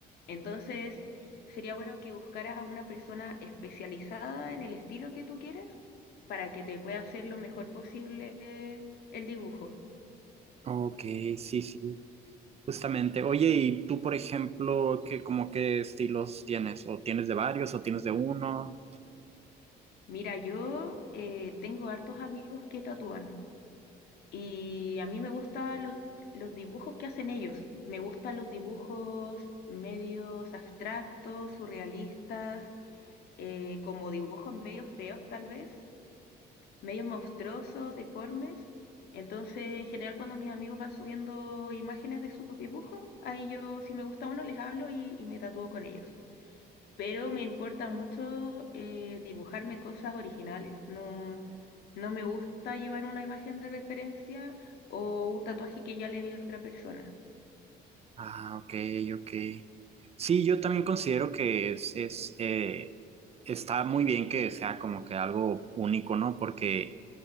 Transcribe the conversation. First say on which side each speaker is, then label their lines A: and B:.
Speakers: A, on the left; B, on the right.
A: Entonces, sería bueno que buscaras a una persona especializada en el estilo que tú quieres para que te pueda hacer lo mejor posible eh, el dibujo.
B: Ok, sí, sí, justamente. Oye, ¿y tú, por ejemplo, qué, como qué estilos tienes? ¿O tienes de varios o tienes de uno?
A: Mira, yo eh, tengo hartos amigos que tatúan. Y a mí me gustan los, los dibujos que hacen ellos. Me gustan los dibujos medios abstractos, surrealistas, eh, como dibujos medios feos tal vez, medios monstruosos, deformes. Entonces, en general, cuando mis amigos van subiendo imágenes de sus dibujos, ahí yo, si me gusta uno, les hablo y, y me tatúo con ellos pero me importa mucho eh, dibujarme cosas originales. No, no me gusta llevar una imagen de referencia o un tatuaje que ya le vi a otra persona.
B: Ah, ok, ok. Sí, yo también considero que es, es eh, está muy bien que sea como que algo único, ¿no? Porque,